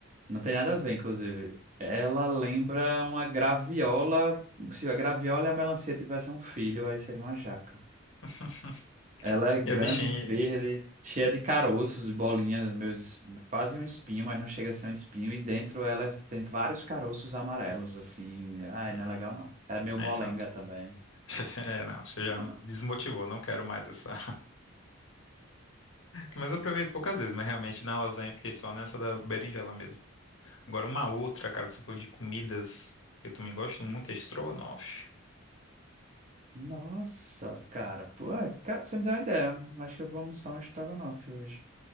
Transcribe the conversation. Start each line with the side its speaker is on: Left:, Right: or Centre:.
Right: Não tem nada a ver, inclusive. Ela lembra uma graviola. Se a graviola e a melancia tivessem um filho, aí seria uma jaca.
Left: <laughs>
Right: Ela é grande,
Left: E a bichinha...
Right: verde, cheia de caroços e bolinhas, meus, es- quase um espinho, mas não chega a ser um espinho. E dentro ela tem vários caroços amarelos, assim. Ai,
Left: Hum,
Right: não é legal não. É meio
Left: é,
Right: molenga
Left: então,
Right: também.
Left: <laughs> é, não, você já
Right: Não.
Left: me desmotivou, não quero mais essa. Mas eu provei poucas vezes, mas realmente na lasanha eu fiquei só nessa da berinjela mesmo. Agora uma outra, cara, que você falou de comidas, que eu também gosto muito, é estrogonofe.
Right: Nossa, cara, pô, é, cara, você me deu uma ideia. Acho que eu vou almoçar um estrogonofe hoje.